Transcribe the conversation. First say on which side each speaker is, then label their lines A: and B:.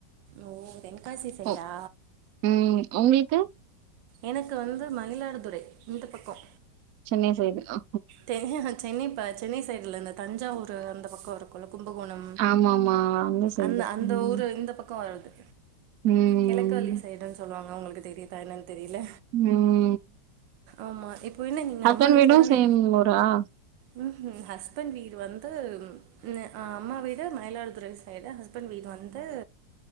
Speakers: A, on the right (about 80°); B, on the right (about 65°).
A: ஓ தென்காசி சைடா
B: ஓ! ம் உங்களுக்கு
A: எனக்கு வந்து மயிலாடுதுறை இந்த பக்க
B: சென்னை சைடு ஆ
A: தெரியல சென்னைப்ப சென்னை சைடுல இந்த தஞ்சாவூர் அந்த பக்க இருக்கு கொல கும்பகோண
B: ஆமாமா. சைடு.
A: அந்த அந்த
B: ம்.
A: ஊரு இந்த பக்க வர்றது
B: ம்.
A: கெழக்குவழி சைடுன்னு சொல்லுவாங்க உங்களுக்கு தெரியதா என்னனு தெரியல
B: ம்
A: ஆமா இப்ப என்ன நீங்க
B: ஹஸ்பண்ட்
A: அம்மா வீட்டுல தான
B: <unintelligible>
A: ம்ம் ஹஸ்பண்ட் வீடு வந்து இல்ல அம்மா வீடு மயிலாடுதுறை சைடு ஹஸ்பண்ட் வீடு வந்து